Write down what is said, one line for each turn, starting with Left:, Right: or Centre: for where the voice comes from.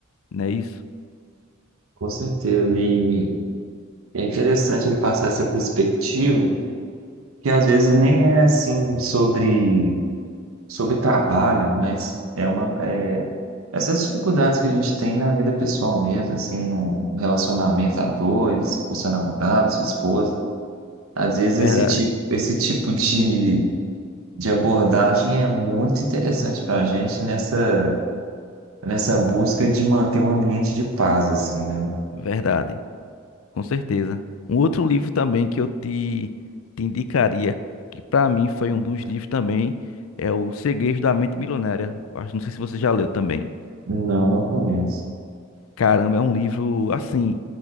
Left: não é isso?
Right: Com certeza. E é interessante ele passar essa perspectiva, que às vezes nem é assim sobre, sobre trabalho, mas é uma é, essas dificuldades que a gente tem na vida pessoal mesmo, assim, no relacionamento a dois, com seu namorado, sua esposa. Às vezes
Left: Verdade.
Right: esse tipo, esse tipo de, de abordagem é muito interessante para a gente nessa, nessa busca de manter um ambiente de paz, assim, né?
Left: Verdade, com certeza. Um outro livro também que eu te, te indicaria, que para mim foi um dos livros também, é O Segredo da Mente Milionária. Eu Acho, não sei se você já leu também.
Right: Não, não conheço.
Left: Caramba, é um livro assim,